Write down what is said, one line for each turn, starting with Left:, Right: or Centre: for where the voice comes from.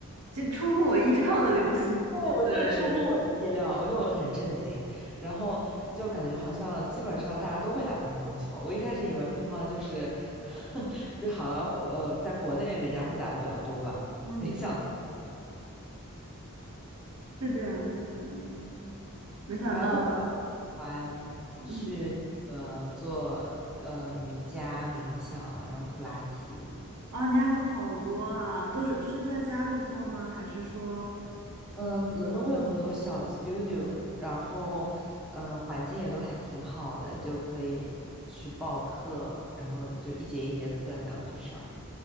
Right: 这出乎我意料的流行。
Centre: 对，
Right: <laughs>
Centre: 我这出乎我的意料，
Right: 对，
Centre: 我就很震惊，然后就感觉好像基本上大家都会打乒乓球。我一开始以为乒乓就是，<laughs> 就好像我呃在国内人家会打的比较多吧，
Right: 嗯，
Centre: 没想到
Right: 是这样的，是这样的。没想到，
Centre: 我还会比较喜欢去那个做呃瑜伽、
Right: 嗯。
Centre: 冥想，然后普拉提。
Right: 啊，你还好好多啊，都是是在家里做吗？还是说，
Centre: 嗯，伦敦会有很多小的 studio，然后，嗯，环境也都还挺好的，你就可以去报课，然后就一节一节课那样去上。